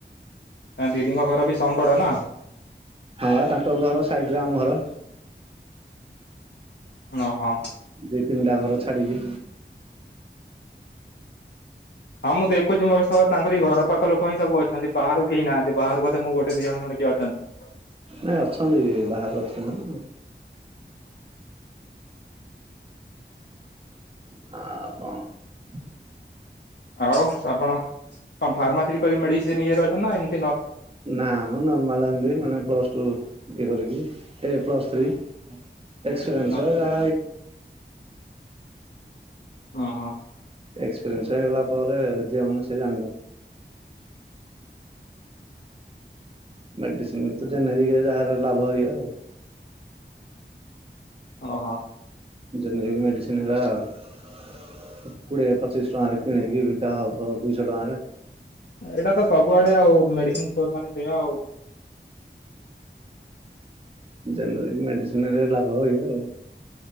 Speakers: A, on the left; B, on the right.
A: ଦିଡିିଙ୍କ ଘର ବି ସଂପଡା ନା?
B: ହଁ ବା ତାଙ୍କ ଘର ସାଇଡ ରେ ଆମ ଘର।
A: ଓହୋ।
B: ଦି ତିନିଟା ଘର ଛାଡିକି।
A: ହଁ ମୁଁ ଦେଖଛି ବର୍ଷ ତାରଇ ଘର ପାଖ ଲୋକ ହିଁବୁଛନ୍ତି ବାହାରକୁ କେହି ନାହାନ୍ତି ବାହାରାରୁ ବଧେ ମୁ ଗଟ ଦି ଜଣେ କିଏ ଅଛନ୍ତି। ହ <unintelligible>
B: ନାଇଁ ଅଛନ୍ତି, ବାହାରୁ ଅଛନ୍ତି। ହଁ ଆପ <unintelligible>
A: ଆଉ ଆପଣ କଣ ଫାର୍ମାସିଟି କରିକି ମେଡିସିନ ଇଏରେ ଅଛନ୍ତି ନା ଏମତି
B: ନା ମ ନର୍ମାଲ ଏମିତି, ମାନେ ପ୍ଲସ ଟୁ ଇଏ କରିକି ଏ ପ୍ଲସ ଟ ଫ୍ରୀ ଏକ୍ସପିରିନ୍ସ
A: ହଁ
B: ଆ
A: ଓ ହୋ।
B: ଏକ୍ସପିରିଏନ୍ସ ହେଲା ପରେ ଯେଉନ ସେ ଜା <inaudible> ମେଡିସିନ ତ ଜେନେରିକରେ ଯାହାର ଲାଭ ହୁଏ ଆଉ
A: ଓହୋ।
B: ଜେନେରାଲ ମେଡ଼ିସିନ ଗୁରା କୋଡ଼ିଏ ପଚିଶ ଟଙ୍କାରେ କିଣିକି ତା ଦୁଇଶହ ଟଙ୍କାର
A: ଏଇଟା ତ ସବୁଆଡ଼େ ଆଉ ମେଡ଼ିସିନ ଷ୍ଟୋର ମାନେ କିଣା ଆଉ।
B: ଜେନେରାଲ ମେଡ଼ିସିନରେ ଲାଭ ହେବ ଆଉ।